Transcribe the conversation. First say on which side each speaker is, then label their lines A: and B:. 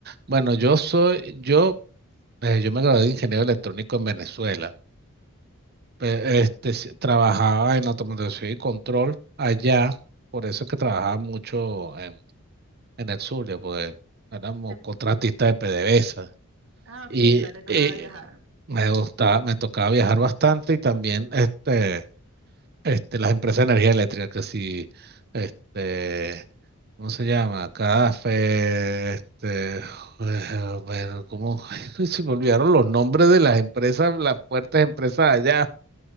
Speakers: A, on the right (about 45°); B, on the right (about 60°).
A: Bueno, yo soy, yo, eh, yo me gradué de ingeniero electrónico en Venezuela. pe- este, si- trabajaba en automatización y control allá, por eso es que trabajaba mucho en, en el Zulia, porque éramos
B: Te-
A: contratistas de PDVSA.
B: Ah,
A: Y,
B: ok, o sea, te tocaba
A: y
B: viajar.
A: me gustaba, me tocaba viajar bastante y también este, este, las empresas de energía eléctrica, que si, este, ¿cómo se llama? café este, eh, bueno, ¿cómo? <laughs> Se me olvidaron los nombres de las empresas, las fuertes empresas allá.